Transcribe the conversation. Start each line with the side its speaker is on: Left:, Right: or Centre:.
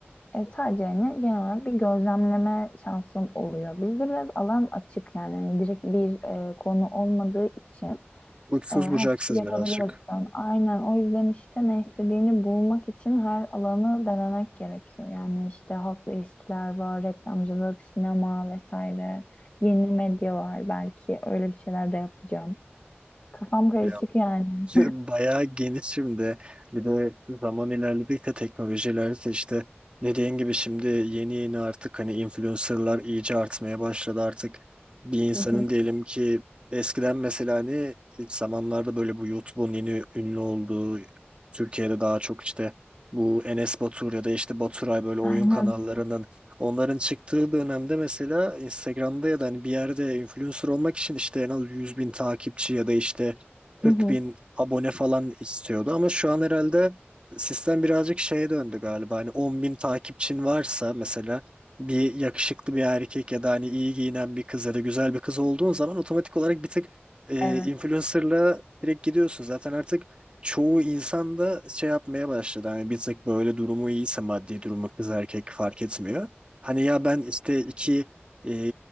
Left: E, sadece yani genel olarak bir gözlemleme şansın oluyor. Bizde biraz alan açık yani Hani direkt bir e, konu olmadığı için.
Right: Uçsuz
Left: E, her
Right: bucaksız
Left: şeyi yapabiliyorsun.
Right: birazcık.
Left: Aynen. O yüzden işte ne istediğini bulmak için her alanı denemek gerekiyor. Yani işte halkla ilişkiler var, reklamcılık, sinema vesaire. Yeni medya var belki. Öyle bir şeyler de yapacağım. Kafam karışık
Right: bir.
Left: yani.
Right: <laughs> Bayağı geniş şimdi. Bir de zaman ilerledikçe teknolojiler de işte dediğin gibi şimdi yeni yeni artık hani influencerlar iyice artmaya başladı artık. Bir insanın
Left: Hı hı.
Right: diyelim ki eskiden mesela hani ilk zamanlarda böyle bu YouTube'un yeni ünlü olduğu Türkiye'de daha çok işte bu Enes Batur ya da işte Baturay böyle oyun
Left: Aynen.
Right: kanallarının onların çıktığı dönemde mesela Instagram'da ya da hani bir yerde influencer olmak için işte en az 100 bin takipçi ya da işte 40
Left: Hı hı.
Right: bin abone falan istiyordu ama şu an herhalde sistem birazcık şeye döndü galiba. Hani 10 bin takipçin varsa mesela bir yakışıklı bir erkek ya da hani iyi giyinen bir kız ya da güzel bir kız olduğun zaman otomatik olarak bir tık e,
Left: Evet.
Right: influencer'la direkt gidiyorsun. Zaten artık çoğu insan da şey yapmaya başladı. Hani bir tık böyle durumu iyiyse maddi durumu kız erkek fark etmiyor. Hani ya ben işte iki e,